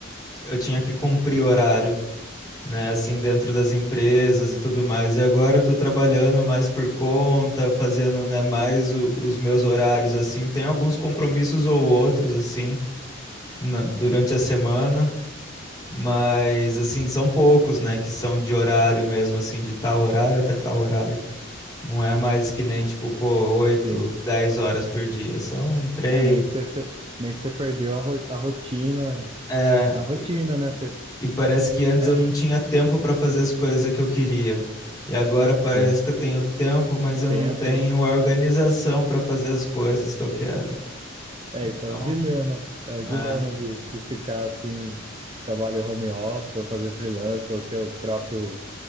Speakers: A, on the left; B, on the right.
A: eu tinha que cumprir horário. né, assim, dentro das empresas e tudo mais. E agora eu tô trabalhando mais por conta, fazendo, né, mais o- os meus horários, assim. Tem alguns compromissos ou outros, assim, na- durante a semana, mas, assim, são poucos, né, que são de horário mesmo, assim, de tal horário até tal horário. Não é mais que nem, tipo, pô, oito,
B: sim.
A: dez horas por dia. São três.
B: É meio que você, você- meio que você perdeu a, ro- a rotina
A: é,
B: A rotina, né? Você,
A: E parece que antes
B: é,
A: eu não tinha tempo para fazer as coisas que eu queria. E agora parece
B: sim,
A: que eu tenho tempo, mas eu
B: tempo.
A: não tenho a organização para fazer as coisas que eu quero.
B: É,
A: Então,
B: isso é o dilema. É o
A: é,
B: dilema de, de ficar assim, trabalho home office, ou fazer freelance, ou seu próprio,